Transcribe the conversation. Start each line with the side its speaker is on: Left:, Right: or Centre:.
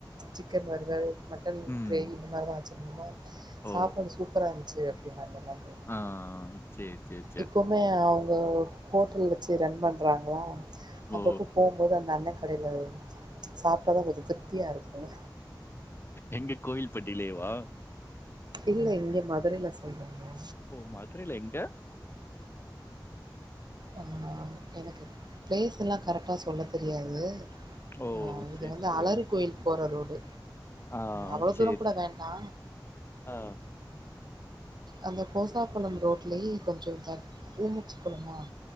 Right: சிக்கன் வருவல் மட்டன்
Left: ம்.
Right: கிரேவி இந்த மாரி தா வச்சுருந்தோ
Left: ஓ!
Right: சாப்பாடு சூப்பரா இருந்ச்சு அப்டின்னாங்க எல்லார்மே
Left: ஆ உம் சேர் சேர்
Right: இப்போமே அவ்ங்க ஹோட்டல் வச்சி ரன் பண்றாங்ளா
Left: ஓ!
Right: அப்பப்போ போவ் ப்போது அந்த அண்ணே கடைல சாப்ட்டா தா கொஞ்சோ திருப்தியா இருக்கும்
Left: எங்க கோவில்பட்டிலேவா
Right: இல்ல இங்க மதுரைல சொல்றாங்கோ
Left: ஓ மதுரைல எங்க
Right: அ எனக்கு பிளேஸ் எல்லா கரெக்டா சொல்ல தெரியாது
Left: ஓ!
Right: ஆ இது
Left: சரி,
Right: வந்து
Left: சரி.
Right: அலறு கோயில் போற ரோடு
Left: ஆ
Right: அவ்ளோ
Left: சேர்
Right: தூரோ கூட
Left: செ
Right: வேண்டா
Left: ஆ
Right: அந்த கோசாகள ரோட்லயே கொஞ்ச த ஊமுச் கொளமா